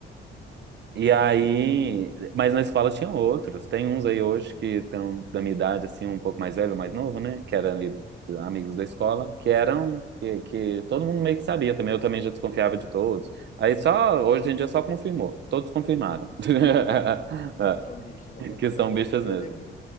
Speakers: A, on the right; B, on the left.
A: E aí, mas na escola tinha outros. Tem uns aí hoje que estão da minha idade, assim, um pouco mais velho, mais novo, né? Que eram ali amigos da escola, que eram, que, que todo mundo meio que sabia também. Eu também já desconfiava de todos. Aí só, hoje em dia só confirmou. Todos confirmaram. <laughs>
B: que são bichos, não bota
A: Que
B: fé.
A: são bichas
B: Eu
A: mesmo.
B: lembro que,